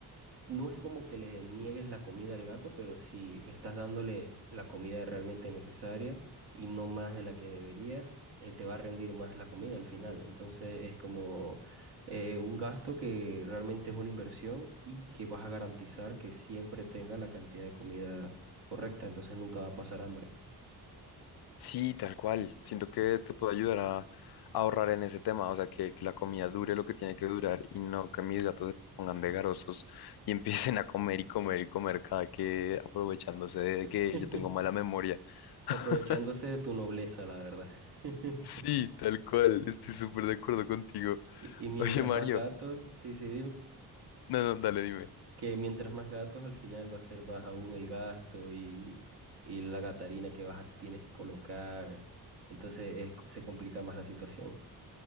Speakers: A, on the right; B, on the left.
A: no es como que le niegues la comida al gato, pero si estás dándole la comida realmente necesaria y no más de la que deberías, eh, te va a rendir más la comida al final. Entonces es como eh, un gasto que realmente es una inversión y que vas a garantizar que siempre tenga la cantidad de comida correcta, entonces nunca va a pasar hambre.
B: Sí, tal cual. Siento que te puede ayudar a, a ahorrar en ese tema, o sea, que, que la comida dure lo que tiene que durar y no que mis gatos se pongan de garosos <laughs> y empiecen a comer y comer y comer cada que aprovechándose de
A: <laughs>
B: que yo tengo mala memoria.
A: Aprovechándose
B: <laughs>
A: de tu nobleza, la verdad. <laughs>
B: Sí, tal cual. Estoy súper de acuerdo contigo.
A: Y, y mientras
B: Oye, Mario.
A: más gatos, sí, sí,
B: No, no, dale, dime.
A: que mientras más gatos, al final va a ser baja aún el gasto y, y la gatarina que vas a- tienes que colocar. Entonces es- se complica más la situación.